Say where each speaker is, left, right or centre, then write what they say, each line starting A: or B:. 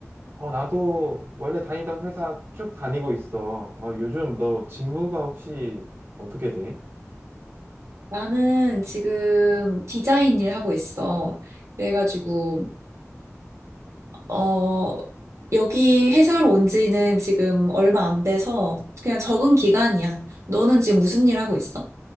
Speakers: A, on the right; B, on the right.
A: 어, 나도 원래 다니던 회사 쭉 다니고 있어. 어, 요즘 너 직무가 혹시 어떻게 돼?
B: 나는 지금 디자인 일 하고 있어. 그래가지고, 어, 여기 회사로 온 지는 지금 얼마 안 돼서 그냥 적응 기간이야. 너는 지금 무슨 일 하고 있어?